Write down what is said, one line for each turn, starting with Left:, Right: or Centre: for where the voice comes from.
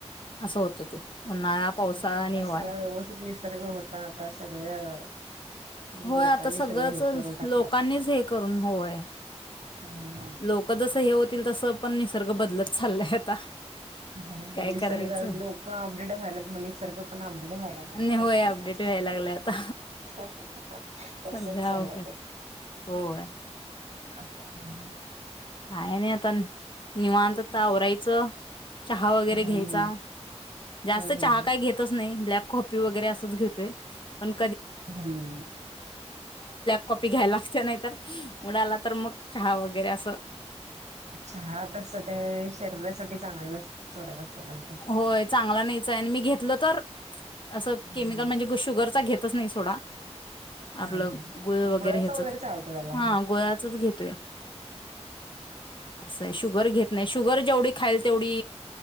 Left: असं होत ते. उन्हाळा, पावसाळा,
Right: पहिला
Left: नि हीवाळा.
Right: सगळा व्यवस्थित निसर्ग होता आता सगळ्या
Left: होय
Right: लोकांनी
Left: आता सगळंच
Right: सगळं हे करून टाकल्यात
Left: लोकांनीच हे करून होय.
Right: हम्म.
Left: लोक जस हे होतील तस पण निसर्ग बदलत चाललाय आता.
Right: ह
Left: काय
Right: निसर्ग
Left: करायचं
Right: लोक अपडेट व्हायलात म निसर्ग पण अपडेट व्हायला नको
Left: आणि होय
Right: का?
Left: अपडेट व्हायला लागले आता.
Right: तसच
Left: सगळं अवघड
Right: चालंय ते.
Left: होय
Right: हम्.
Left: काय नाही आता निवांततावरायचं. चहा वगैरे
Right: हम्म
Left: घ्यायचा जास्त
Right: हम्म
Left: चहा काही घेतच नाही ब्लॅक. <unintelligible> ब्लक
Right: हम्म
Left: कॉपी घ्यायला लाग नाही मुला तर मग चहा वगैरे अस.
Right: छात असत ते शरीरासाठी चांगलेत सोडत असत पण ते.
Left: होय चांगला नाहीच आणि मी घेतलं तर. असं
Right: हम्म
Left: केमिकल म्हणजे शुगरचा घेत. तस नाही सोडा.
Right: हा
Left: आपलं
Right: हा
Left: गुळ वगैरे
Right: गुळाचं
Left: ह्याचच
Right: चालतं त्याला
Left: हा गुळ्याचच घेतोय. असं आहे शुगर घेत नाही शुगर. जेवढी खाल तेवढी